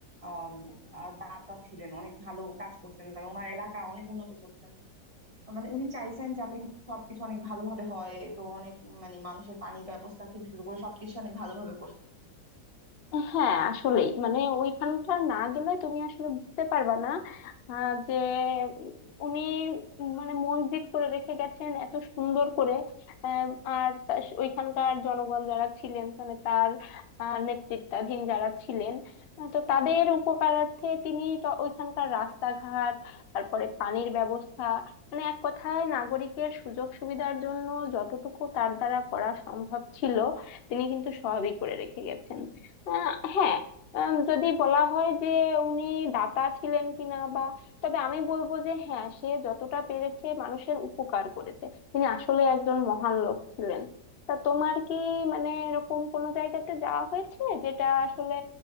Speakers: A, on the right; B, on the left.
A: আম,
B: হ্যাঁ
A: আহ দাতা ছিলেন অনেক ভালো কাজ করছেন মানে ওনার এলাকা অনেক উন্নত করছেন মানে উনি চাইছেন যাতে সবকিছু অনেক ভালোভাবে হয় তো অনেক মানে মানুষের পানির ব্যবস্থা থেকে শুরু করে সবকিছু অনেক ভালোভাবে করছে
B: হ্যাঁ আসলেই মানে ওইখানকার না গেলে তুমি আসলে বুঝতে পারবা না আহ, যে উম, উনি মানে মসজিদ করে রেখে গেছেন এত সুন্দর করে আহ, আর তা- ওইখানকার জনগণ যারা ছিলেন মানে তার আহ, নেতৃত্বাধীন যারা ছিলেন আহ, তো তাদের উপকারার্থে তিনি তো ওইখানকার রাস্তাঘাট তারপরে পানির ব্যবস্থা মানে এক কথায় নাগরিকের সুযোগ সুবিধার জন্য যতটুকু তার দ্বারা করা সম্ভব ছিল তিনি কিন্তু সবই করে রেখে গেছেন আহ, হ্যাঁ আম, যদি বলা হয় যে উনি দাতা ছিলেন কিনা বা তবে আমি বলবো যে হ্যাঁ সে যতটা পেরেছে মানুষের উপকার করেছে তিনি আসলে একজন মহান লোক ছিলেন তা তোমার কি মানে এরকম কোনো জায়গাতে যাওয়া হয়েছে যেটা আসলে